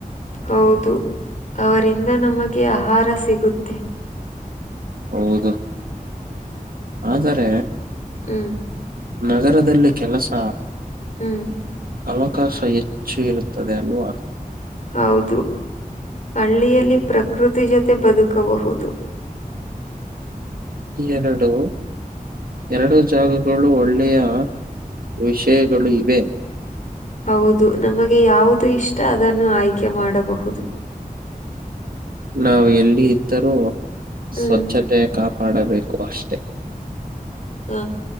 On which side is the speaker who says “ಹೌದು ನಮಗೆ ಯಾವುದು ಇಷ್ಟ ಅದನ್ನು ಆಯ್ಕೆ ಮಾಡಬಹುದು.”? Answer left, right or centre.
Left